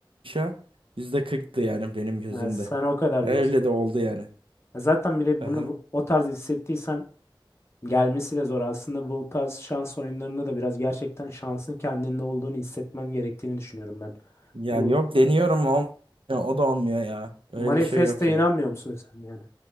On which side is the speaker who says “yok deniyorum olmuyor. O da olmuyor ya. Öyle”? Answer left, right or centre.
Right